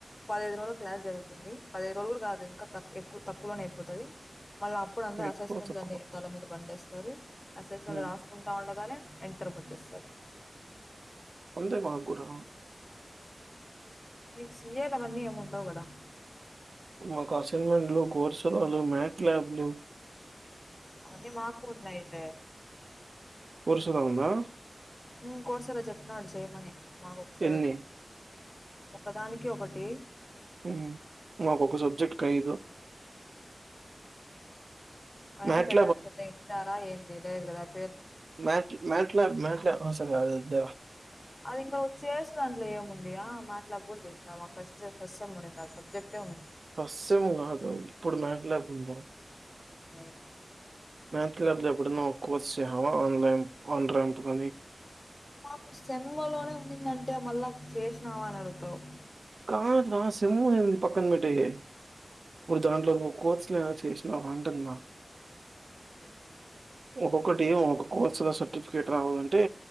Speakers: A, on the left; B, on the right.
A: పదహైదు రోజులు క్లాస్ జరుగుతుంది పదహైదు రోజులు కూడా కాదు ఇంకా ఎక్కువ తక్కువలోనే అయిపోతది మళ్ళ అప్పుడు అందరు
B: ఎక్కువ
A: అసస్ంట్లని
B: తక్కువ
A: తల మీద పండేస్తారు స్తారు అసెస్మెంట్
B: ఉమ్.
A: రాసుకుంటా ఉండగానే ఎంటర్కి వచ్చేస్తరు
B: అంతే మాక్కూడా
A: మీకు సి ఎ అదేం అన్ని ఉండవ్ కదా
B: మాకు అసైన్మెంట్లు కోర్సురాలు మ్యాట్ ల్యాబ్లు
A: అవ్వన్నీ మాకు ఉన్నాయి లే
B: కోర్సు లా ఉందా
A: ఉమ్ కో సార్ చెప్పినాడు చెయ్యమని మాకు ఒకసారి
B: ఎన్ని
A: ఒకదానికి ఒకటి
B: హు మాకొక సబ్జెక్ట్ కు ఐదు
A: అయినా
B: మ్యాట్
A: పెద్ద పెద్ద ఇంటరా ఏమి లేదు కదా <inaudible>
B: మట్ మట్లా మట్లా ఆ సరే అది వో లెవా
A: అది ఇంకా చేసే దాంట్లో ఏముంది ఆ మ్యాట్ ల్యాబ్ కూడా చేసిన మా ఫస్ట్ స్సం ఫస్ట్ సేమ్ నాకు ఆ సబ్జెక్టే ఉంది
B: ఫస్ట్ సేమ్ కాదు ఇప్పుడు మాట్ ల్యాబ్ ఉందా
A: లేదు
B: మ్యాట్ లాబ్ లో ఎప్పుడన్న ఒక కోర్సు చేసినవా ఆన్లైన్ <unintelligible> కానీ
A: మాకు సెమ్ మ్మలోనే ఉండిందంటే మళ్ళా చేసినావా అని అడుగుతావు
B: కా క <unintelligible> <inaudible> మ్ పక్కన పెట్టీయ్ ఇప్పుడుదంట్లో కొ కోర్సులు ఎం అయినా చేసినావా అంటున్నా
A: లేదులే.
B: ఒక్కొక్కటి ఏం ఒక కోర్సులో సర్టిఫికేట్ రావాలంటే